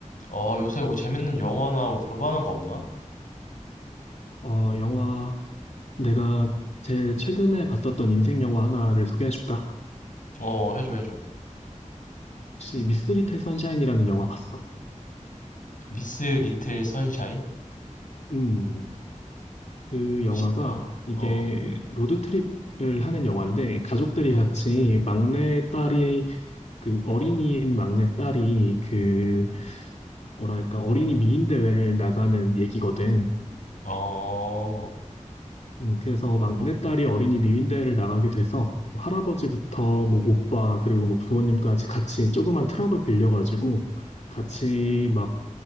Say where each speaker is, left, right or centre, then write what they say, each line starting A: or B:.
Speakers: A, on the left (about 90°); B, on the left (about 60°).
A: 어, 요새 뭐 재밌는 영화나 뭐 볼만한 거 없나?
B: 어, 영화, 내가 제일 최근에 봤었던 인생 영화 하나를 소개해줄까?
A: 어, 어, 해줘, 해줘.
B: 혹시 미스 리틀 선샤인이라는 영화 봤어?
A: 미스 리틀 선샤인?
B: 음, 그 영화가
A: 치- 어,
B: 이게
A: 어,
B: 로드트립을 하는 영화인데 가족들이
A: 어,
B: 같이 막내 딸이, 그 어린이인 막내 딸이 그, 뭐랄까, 어린이 미인 대회를 나가는 얘기거든.
A: 어,
B: 음, 그래서 막내딸이
A: 어,
B: 어린이 미윈대회를 나가게 돼서 할아버지부터 뭐 오빠 그리고 뭐 부모님까지 같이 조그만 트럭을 빌려가지고 같이 막